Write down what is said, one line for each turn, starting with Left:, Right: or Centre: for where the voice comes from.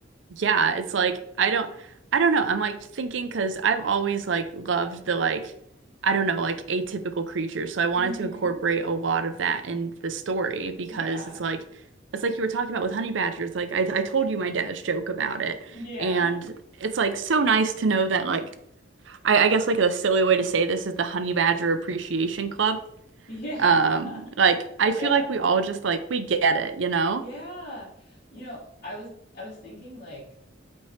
Right: yeah, it's like I don't I don't know. I'm like thinking because 'cause I've always like loved the like I don't know, like atypical creatures. So I wanted
Left: hmm
Right: to incorporate a lot of that in the story because
Left: Yeah.
Right: it's like it's like you were talking about with honey badgers. Like I I told you my dad's joke about it.
Left: Yeah.
Right: And it's like so nice to know that like I, I guess like a silly way to say this is the Honey Badger Appreciation Club.
Left: Yeah.
Right: Um,
Left: <laughs>
Right: like I
Left: Yeah.
Right: feel like we all just like we get it, you know?
Left: Yeah. You know, I was I was thinking like